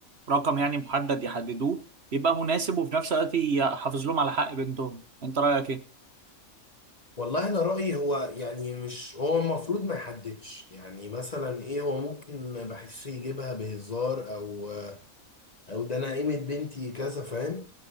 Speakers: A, on the right; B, on the left.
A: رقم يعني محدد يحددوه يبقى مناسب وفي نفس الوقت يحافظ لهم على حق بنتهم انت رأيك ايه؟
B: والله انا رايي هو يعني مش هو المفروض ما يحددش يعني مثلا ايه هو ممكن بحسه يجيبها بهزار او آه، او ده انا قيمه بنتي كذا فاهم